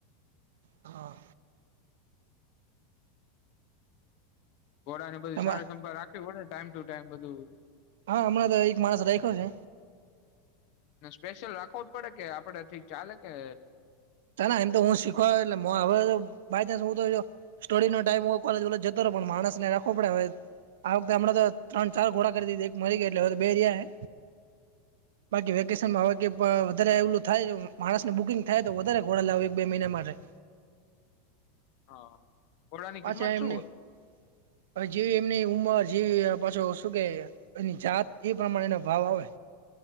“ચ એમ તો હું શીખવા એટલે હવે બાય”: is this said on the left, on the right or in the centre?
Right